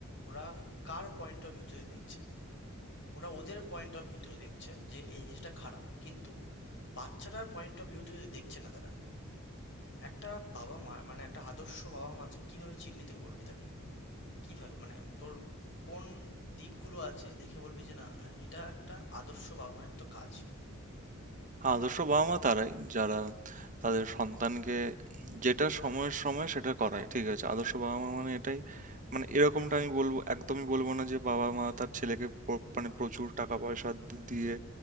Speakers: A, on the left; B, on the right.
A: ওরা কার পয়েন্ট অফ ভিউতে দেখছে ওরা ওদের পয়েন্ট অফ ভিউতে দেখছে যে এই জিনিসটা খারাপ কিন্তু বাচ্চাটার পয়েন্ট অফ ভিউতে দেখছে না তারা একটা বাবা মা মানে একটা আদর্শ বাবা মা তুই কিভাবে চিহ্নিত করবি তাকে কিভাবে মানে তোর কোন দিকগুলো আছে দেখে বলবি যে না এটা একটা আদর্শ বাবা মায়ের মতো কাজ
B: আদর্শ বাবা-মা তারাই যারা তাদের সন্তানকে যেটা সময়ের সময় সেটা করায়। ঠিক আছে? আদর্শ বাবা-মা মানে এটাই মানে এরকমটা আমি বলব একদমই বলব না যে বাবা-মা তার ছেলেকে প মানে প্রচুর টাকা-পয়সা দি দিয়ে